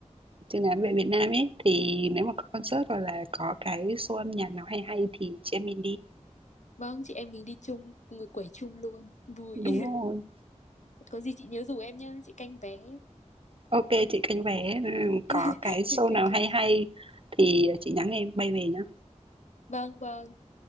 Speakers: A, on the right; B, on the left.
A: Chứ nói về Việt Nam ấy thì nếu mà có concert hoặc là có cái show âm nhạc nào hay hay thì chị em mình đi.
B: vâng chị em mình đi chung người quẩy chung luôn vui
A: Đúng
B: <laughs>
A: rồi.
B: có gì chị nhớ rủ em nhá chị canh vé
A: Ok chị canh vé, ừ, có
B: <laughs>
A: cái show
B: chị canh
A: nào
B: vé
A: hay hay thì chị nhắn em bay về nhá.
B: vâng vâng